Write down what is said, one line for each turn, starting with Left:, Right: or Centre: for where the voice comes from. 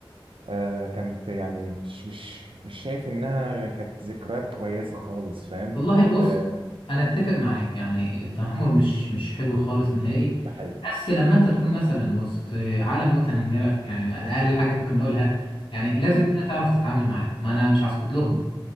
Right: آه كانت يعني مش مش مش شايف انها كانت ذكريات كويسه خالص فاهم
Left: والله بص
Right: آه
Left: انا اتفق معاك يعني التنمر مش مش حلو خالص نهائي
Right: ده حقيقي
Left: بس لما انت تكون مثلا وسط عالم متنمره يعني اقل حاجه ممكن نقولها يعني لازم
Right: مم.
Left: بقى تعرف تتعامل معاه ما انا مش هسكت لهم